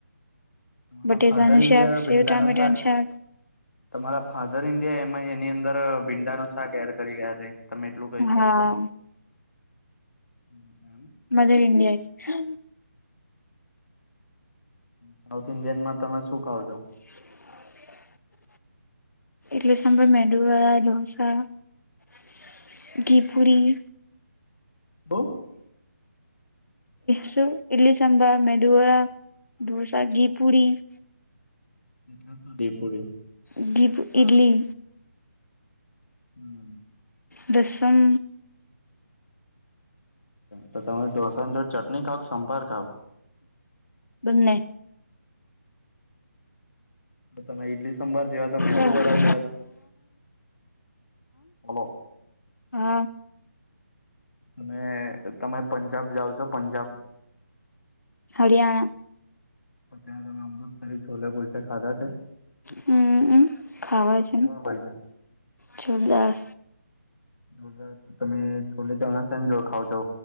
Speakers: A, on the left; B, on the left.
A: બટેકાનું
B: હ ફાદરઇન્ડિયા
A: શાક, સેવ
B: ભિડાનો
A: ટામેટાનું
B: તમારા
A: શાક,
B: ફાધર ઇન્ડિયા એમાં એની અંદર ભીંડા ન શાક એડ કરી ગયા છે તમે એટલું કહી શકશો?
A: હા
B: હમ સાર <inaudible>
A: મદર ઇન્ડિયા
B: સાઉથ ઇન્ડિયનમાં તમે શું ખાવજો?
A: <inaudible> ઈડલી, સાંભળ મેદુવાડા, ઢોસા, ઘી પૂરી
B: બો?
A: શું ઇડલી સાંભર મેદુવારા દોસા ઘી પુરી-
B: એટલે શુંધીપોડી.
A: ડીપ ઇટલી.
B: હમ
A: દસમ.
B: તો તમે ઠોસા જોળે ચટણી ખાવ કે સંપાર ખાવ?
A: બને.
B: તમે ઈડલી સંભર જેવા છો મેંદુ
A: હા
B: વડા જેવા છો હલો
A: હા
B: તમે તમે પંજાબ જાઓ છો પંજાબ?
A: હરિયાણા.
B: પણ ત્યાં તમે અમૃતસરી છોલા કુલચે ખાધા છે?
A: હમ ખાવા છે
B: કેવા હોય છે?
A: જોરદાર.
B: જોરદ તમે છોલે ચાવના ને જોડે ખાવ છો?